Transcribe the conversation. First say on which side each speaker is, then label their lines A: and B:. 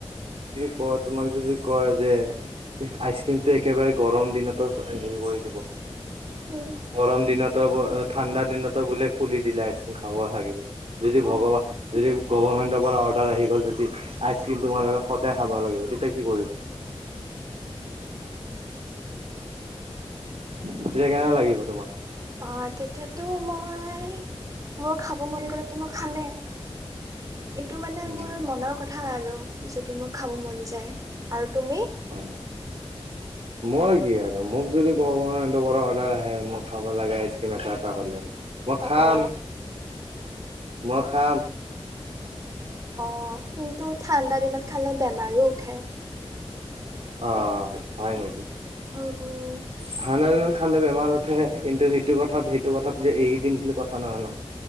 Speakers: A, on the right; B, on the right.
A: প তোমাক যদি কয় যে । আইচ ক্ৰ্ৰীমটো একেবাৰে । গৰম দিনতো হেৰি কৰি দিব
B: উম
A: গৰম দিনতো ঠাণ্ডা দিনতো বোলে খুলি দিলে আইচক্ৰীম খাব লাগিব যদি
B: উম
A: ভগৱান যদি গভমেণ্টৰ পৰা অৰ্ডাৰ আহি গ'ল যদি আইচক্ৰীম তোমালোকে সদায় খাব লাগিব তে ত কি কৰিবা তেতিয়া কেনে লাগিব তোমাৰ
B: অ তেতিয়াতো মই মোৰ খাব মন গ'লেতো মই খামেই এইটো মানে
A: উম।
B: মোৰ মনৰ কথা আৰু যদি মোৰ খাব মন যায় আৰু তুমি
A: হয় মই গ আৰু মোক যদি কব অৰ্ আহ খ লাগেইচ এ এ হলে মখান
B: অ অ
A: মখাম
B: অ কিন্তু ঠাণ্ডা দিনত খালে বেয়া বাৰো উঠাই
A: অ হয় নেকি
B: উম উম
A: থান দি ন খালে বেমাৰ উঠে কিন্তু সেইটো কথাত সেইটো কথাত যে এৰি দিম বুলি কথা নহয়ানো